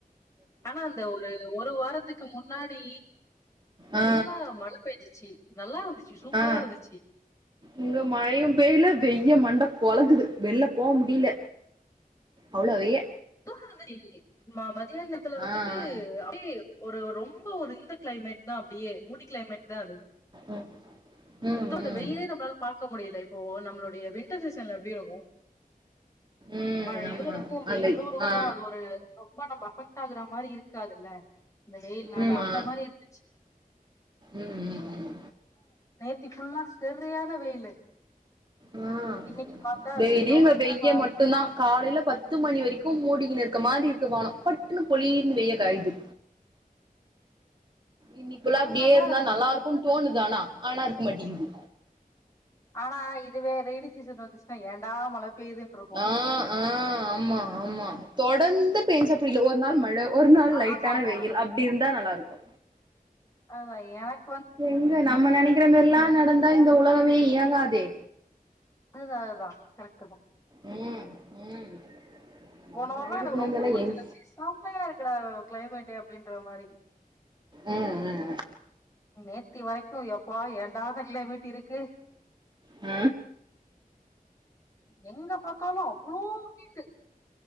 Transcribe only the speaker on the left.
ஆனா அந்த ஒரு ஒரு வாரத்துக்கு முன்னாடி நல்லா
மழ பேஞ்சுச்சி நல்லாருந்துச்சி சூப்பராருந்துச்சி
<unintelligible> ம மதியான நேரத்ல வந்துட்டு
அப்டியே ஒரு ரொம்ப ஒரு இந்த கிளைமேட் தா அப்டியே மூடி கிளைமேட் தா அது
சுத்தமாந்த
வெயிலே நம்ளால பாக்க முடில போ நம்ளோடைய வின்டர் சீசன்ல எப்டிருக்கு
மழையுருக்கு
வெயில்
ருக்கு
அது ஒரு ரொம்ப நம்ம அஃபெக்ட்டாகுற மாரி இருக்காதுல இந்த வெயில் நாள
அந்த
மாரி இருச்சி
நேத்தி ஃபுல்லா செரியான வெயிலு
இன்னைக்கு பாத்தா
வெயிலும்
ஆ
இது
ஆனா
நல்லா
இருந்துச்சு
ஆனா இதுவே ரெய்னி சீசன் வந்துச்சுன்னா ஏன்டா மழ பெய்யுதுன்ருக்கு
ஆமா
ஆமா
ஆமா எனக்
அதுதா அதுதா கரெக்ட்டு தா
போன
வாரோலா
எனக்கு ரொம்ப
புடிச்சி
இருந்துச்சி செம்மையா இருக்குடா கிளைமேட்டு அப்டின்ற மாரி
நேத்தி வரைக்கு எப்பா ஏன்டா இந்த கிளைமேட் இருக்கு
எங்க பாத்தாலு அவ்ளோ நீட்டு